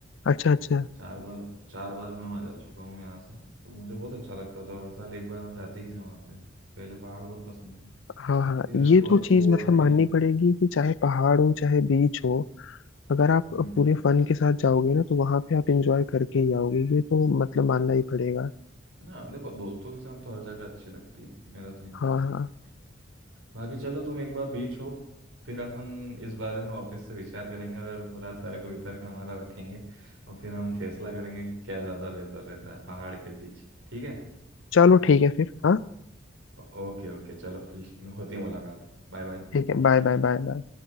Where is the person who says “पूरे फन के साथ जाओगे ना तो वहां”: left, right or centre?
Left